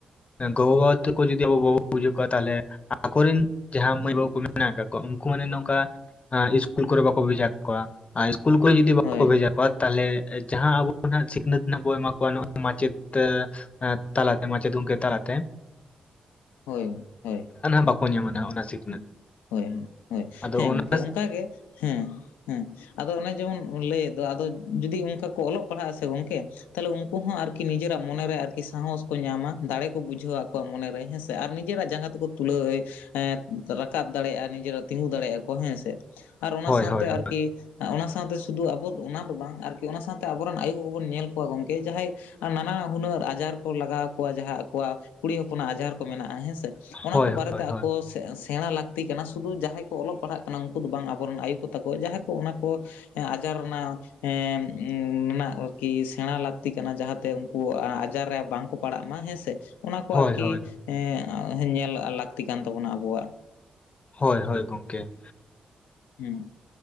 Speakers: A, on the left; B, on the left.
A: ᱦᱮᱸ ᱜᱚᱜᱚ ᱵᱟᱵᱟ ᱛᱟᱹᱠᱩ ᱡᱩᱫᱤ ᱟᱵᱚ ᱵᱟᱵᱚ ᱵᱩᱡᱷᱟᱹ ᱠᱚᱣᱟ ᱛᱟᱦᱞᱮ, ᱟᱠᱚᱨᱮᱱ ᱡᱟᱦᱟᱸ ᱢᱟᱹᱭ ᱵᱟᱹᱵᱩ ᱠᱚ ᱢᱮᱱᱟᱜ ᱟᱠᱟᱫ ᱠᱚᱣᱟ ᱩᱱᱠᱩ ᱢᱟᱱᱮ ᱱᱚᱝᱠᱟ ᱤᱥᱠᱩᱞ ᱠᱚᱨᱮ ᱵᱟᱠᱚ ᱵᱷᱮᱡᱟ ᱟᱨ ᱠᱩᱞ ᱠᱚᱨᱮ ᱡᱩᱫᱤ ᱵᱟᱠᱚ
B: ᱦᱳᱭ
A: ᱵᱷᱮᱡᱟ ᱠᱚᱣᱟ ᱛᱟᱦᱞᱮ ᱡᱟᱦᱟᱸ ᱟᱵᱚ, ᱱᱟᱦᱟᱜ ᱥᱤᱠᱷᱱᱟᱹᱛ ᱨᱮᱱᱟᱜ ᱵᱚᱭ ᱮᱢᱟ ᱠᱚᱣᱟ ᱢᱟᱪᱮᱫ ᱛᱮ ᱛᱟᱞᱟᱛᱮ ᱢᱟᱪᱮᱫ ᱜᱚᱝᱠᱮ ᱛᱟᱞᱟᱛᱮ᱾
B: <inaudible> ᱦᱳᱭ
A: <inaudible> ᱵᱟᱠᱚ ᱧᱟᱢᱟ ᱱᱟᱜ ᱚᱱᱟ ᱥᱤᱠᱷᱱᱟᱹᱛ᱾
B: ᱦᱳᱭ ᱦᱳᱭ
A: ᱟᱫᱚ
B: ᱦᱮᱸ
A: ᱚᱱᱟ
B: ᱜᱚᱝᱠᱮ ᱚᱱᱠᱟᱜ ᱜᱮ ᱦᱮᱸ᱾ ᱦᱮᱸ ᱟᱫᱚ ᱚᱱᱮ ᱡᱮᱢᱚᱱ ᱞᱟᱹᱭ ᱫᱚ ᱟᱫᱚ ᱡᱩᱫᱤ ᱚᱱᱠᱟ ᱠᱚ ᱚᱞᱚᱜ ᱯᱟᱲᱦᱟᱜᱼᱟ ᱥᱮ ᱜᱚᱝᱠᱮ, ᱛᱟᱦᱞᱮ ᱩᱱᱠᱩ ᱦᱚᱸ ᱟᱨᱠᱤ ᱱᱤᱡᱮᱨᱟᱜ ᱢᱚᱱᱮᱨᱮ ᱟᱨᱠᱤ ᱥᱟᱦᱚᱥ ᱠᱚ ᱧᱟᱢᱟ ᱫᱟᱲᱮ ᱠᱚ ᱵᱩᱡᱷᱟᱹᱣᱟ ᱟᱠᱚᱣᱟᱜ ᱢᱚᱱᱮᱨᱮ ᱦᱮᱸᱥ ᱟᱨ ᱱᱤᱡᱮᱨᱟᱜ ᱡᱟᱸᱦᱟ ᱛᱮᱠᱚ ᱛᱩᱞᱟᱹᱣᱮ ᱮ ᱨᱟ ᱠᱟᱵ ᱫᱟᱲᱮᱭᱟᱜᱼᱟ ᱱᱤᱡᱮᱨᱟᱜ ᱛᱤᱸᱜᱩ ᱫᱟᱲᱮᱭᱟᱜᱼᱟ ᱠᱚ ᱦᱮᱸᱥᱮ ᱟᱨ ᱚᱱᱟ
A: ᱦᱳᱭ
B: ᱥᱟᱶ
A: ᱦᱳᱭ
B: ᱛᱮ ᱟᱨᱠᱤ,
A: ᱦᱳᱭ
B: ᱚᱱᱟ ᱥᱟᱶ ᱛᱮ ᱥᱩᱫᱷᱩ ᱟᱵᱚ ᱚᱱᱟ ᱫᱚ ᱵᱟᱝ ᱟᱨᱠᱤ ᱚᱱᱟ ᱥᱟᱶᱛᱮ ᱟᱵᱚᱨᱮᱱ ᱟᱭᱩ ᱠᱚᱵᱚᱱ ᱧᱮᱞ ᱠᱚᱣᱟ ᱜᱚᱢᱠᱮ ᱡᱟᱦᱟᱸᱭ, ᱟᱨ ᱱᱟᱱᱟ ᱦᱩᱱᱟᱹᱨ ᱟᱡᱟᱨ ᱠᱚ ᱞᱟᱜᱟᱣ ᱠᱚᱣᱟ ᱡᱟᱦᱟᱸ ᱟᱠᱚᱣᱟᱜ ᱠᱩᱲᱤ ᱦᱚᱯᱚᱱᱟᱜ ᱟᱡᱟᱨ ᱠᱚ ᱢᱮᱱᱟᱜᱼᱟ ᱦᱮᱸ ᱥᱮ᱾ ᱚᱱᱟ
A: ᱦᱳᱭ
B: ᱠᱚ ᱵᱟᱨᱮᱛᱮ
A: ᱦᱳᱭ ᱦᱳᱭ
B: ᱟᱠᱚ ᱥᱮ ᱥᱮᱬᱟ ᱞᱟᱹᱠᱛᱤ ᱠᱟᱱᱟ ᱥᱩᱫᱩ ᱡᱟᱦᱟᱸᱭ ᱠᱚ ᱚᱞᱚᱜ ᱯᱟᱲᱦᱟᱜ ᱠᱟᱱᱟ ᱩᱱᱠᱩ ᱫᱚ ᱵᱟᱝ ᱟᱵᱚᱨᱮᱱ ᱟᱭᱩ ᱠᱚ ᱛᱟᱠᱚ ᱡᱟᱦᱟᱸᱭ ᱠᱚ ᱚᱱᱟ ᱠᱚ ᱮᱸ ᱟᱡᱟᱨ ᱚᱱᱟ ᱦᱮᱸ ᱢᱮᱱᱟᱜ ᱟᱨᱠᱤ ᱥᱮᱬᱟ ᱞᱟᱹᱠᱛᱤ ᱠᱟᱱᱟ ᱡᱟᱦᱟᱸᱛᱮ ᱩᱱᱠᱩ ᱟ-ᱟᱡᱟᱨ ᱨᱮ ᱵᱟᱝᱠᱚ ᱯᱟᱲᱟᱜ ᱢᱟ ᱦᱮᱸᱥᱮ ᱚᱱᱟ ᱠᱚ ᱟᱨᱠᱤ
A: ᱦᱳᱭ ᱦᱳᱭ
B: ᱮᱸ ᱧᱮᱞ ᱞᱟᱹᱠᱛᱤ ᱠᱟᱱ ᱛᱟᱵᱚᱱᱟ ᱟᱵᱚᱣᱟᱜ᱾
A: ᱦᱳᱭ ᱦᱳᱭ ᱜᱚᱢᱠᱮ᱾
B: ᱦᱩᱸ᱾